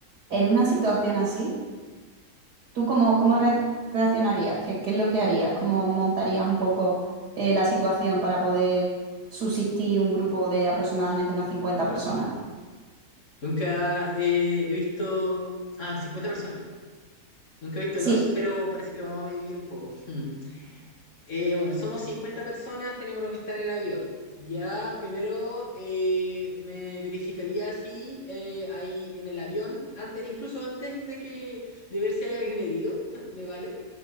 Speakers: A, on the right (about 80°); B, on the left (about 50°).
A: en una situación así, ¿Tú cómo, cómo re- reaccionarías? ¿Qué, qué es lo que harías? ¿Cómo montarías un poco eh, la situación para poder subsistir un grupo de aproximadamente unas 50 personas?
B: Nunca eh, he visto... Ah, 50 personas. Nunca he visto
A: Sí,
B: Los, pero parece que lo vamos a vivir un poco. Mm. Eh, bueno, somos 50 personas, tenemos los que están en el avión. Ya, primero eh, me verificaría si eh, hay en el avión, antes, incluso antes de que de ver si hay alguien herido, <laughs> me vale,